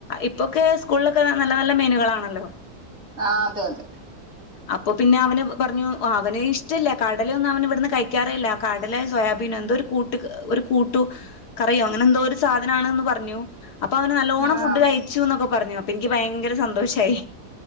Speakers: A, on the left; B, on the right.
A: ഇപ്പൊക്കെ സ്കൂളിലൊക്കെ നല്ല നല്ല മെനുകളാണല്ലോ
B: ആഹ് അതെ അതെ
A: അപ്പൊ പിന്നെ അവന് പറഞ്ഞു അവന് ഇഷ്ടല്ല കടലൊന്നും അവന ഇവിടുന്ന് കഴിക്കാറില്ല കടല സോയാബീൻ എന്തോ ഒരു കൂട്ട ഒരു കൂട്ട ട്ടുകറി അങ്ങനെ എന്തോ ഒരു സാധനാണന്ന് പറഞ്ഞു അപ്പൊ അവന് നല്ലോണ്ണം
B: ആഹ്
A: ഫുഡ് കഴിച്ചു എന്നൊക്കെ പറഞ്ഞോ അപ്പൊ എനിക്ക് ഭയങ്കര സന്തോഷായി